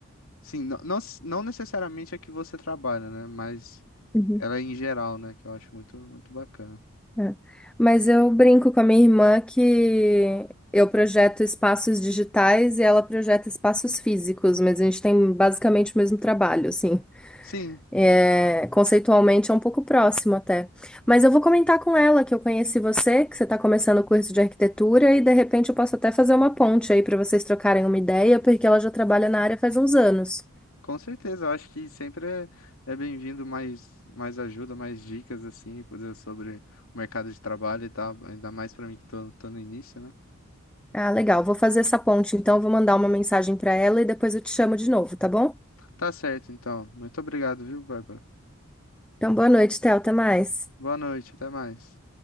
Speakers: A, on the left; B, in the centre.
A: Sim, não, não, s- não necessariamente a que você trabalha, né? Mas
B: uhum,
A: ela é em geral, né? Que eu acho muito, muito bacana.
B: É. Mas eu brinco com a minha irmã que eu projeto espaços digitais e ela projeta espaços físicos, mas a gente tem basicamente o mesmo trabalho, assim.
A: Sim,
B: É, conceitualmente é um pouco próximo até. Mas eu vou comentar com ela que eu conheci você, que você está começando o curso de arquitetura e de repente eu posso até fazer uma ponte aí para vocês trocarem uma ideia, porque ela já trabalha na área faz uns anos.
A: Com certeza, eu acho que sempre é, é bem-vindo mais, mais ajuda, mais dicas, assim, coisa sobre o mercado de trabalho e tal, ainda mais pra mim que tô, tô no início, né?
B: Ah, legal. Vou fazer essa ponte, então vou mandar uma mensagem para ela e depois eu te chamo de novo, tá bom?
A: Tá certo, então. Muito obrigado, viu, Bárbara?
B: Então, boa noite, Theo. Até mais.
A: Boa noite, até mais.